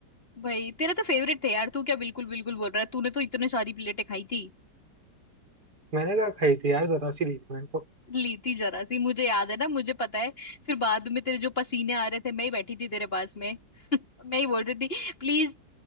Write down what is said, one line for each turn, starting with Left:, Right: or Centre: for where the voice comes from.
Left: भाई तेरे तो फेवरेट थे यार तू क्या बिल्कुल बिल्कुल बोल रहा है तूने तो इतने सारी प्लेटें खाई थी
Right: मैंने कहा खाई थी यार जरा सी ली थी मैंने तो
Left: ली थी जरा सी मुझे याद है ना मुझे पता है फिर बाद में तेरे जो पसीने आ रहे थे मैं ही बैठी थी तेरे पास में <laughs> मैं ही बोल रही थी प्लीज